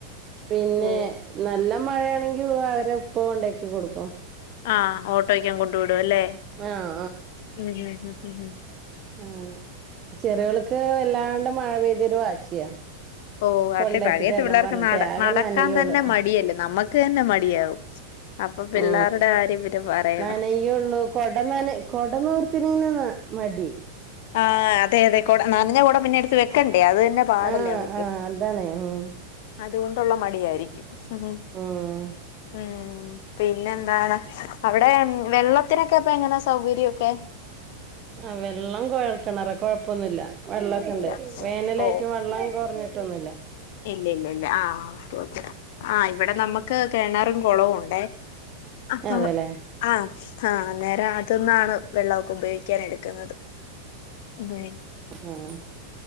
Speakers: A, on the right; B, on the left.
A: പിന്നെ
B: ഓഹ്
A: നല്ല മഴണെങ്കി അവരെ ഉപ്പ കൊണ്ടാക്കി കൊടുക്കും.
B: ആഹ ഓട്ടോയ്ക്കൻ കൊണ്ടു വിടും അല്ലെ.
A: ആഹ്
B: മും മം മ്യും മ് മും
A: അങനെ ചെറിയോൾക്ക് വല്ലാണ്ട മഴ പെയ്തൊരു വാശിയാ
B: ഓ
A: കൊണ്ടാക്കി
B: അതെ പഴയത്തെ
A: തരണം
B: പിള്ളേർക്ക്
A: പറഞ്ഞിട്ടെ
B: നട
A: ആകെ
B: നടക്കാൻ
A: നനയോള്
B: തന്നെ മടിയല്ലേ നമ്മക്ക് ക്ക് എന്നെ മടിയാവും അപ്പൊ പിള്ളേരുടെ
A: മ്
B: കാര്യം പിന്നെ പറയണോ
A: നനയ്യയൂള്ളൂ കൊടന്നന കൊടനീർത്തിനീന്ന് മടി.
B: ആഹ അതെ അതെ കൊട നനഞ്ഞ കൊട പിന്നെ എടുത്ത് വെക്കണ്ടേ അത് തന്നെ പാടല്ലേ
A: ആഹ്
B: അവർക്ക്
A: ആഹ് അതാണ് ഉം
B: അതുകൊണ്ടുള്ള മടിയായിരിക്കും ഉം ഹ്
A: ഉം
B: മ്ം. പിന്നെ എന്താണ് അവിടെ വെള്ളത്തിനൊക്കെപ്പൊ എങ്ങനെ സൗകര്യൊക്കെ
A: ആ വെള്ളം കൊഴൽക്കണറ കൊഴപ്പൊന്നുല്ല വെള്ളക്കെണ്ട്
B: ഇല്ല
A: വേനലെറ്റവും
B: ഓ
A: വെള്ളം കുറഞ്ഞിട്ടൊന്നുമല്ല
B: ഇല്ല ഇല്ല ഇല്ല ആഹ ചോയിചത ആ ഇവിടെ നമ്മുക്ക് ക്ക് കെണറും കുളവും ഉണ്ടേ അപ്പൊ
A: അതെല്ലേ
B: ആ ആ അന്നെരം അ ത്‌ന്നാണ് വെള്ളഒക്കെ ഉപയോഗിക്കൻ എടുക്കുന്നത് അങനെ
A: ആഹ്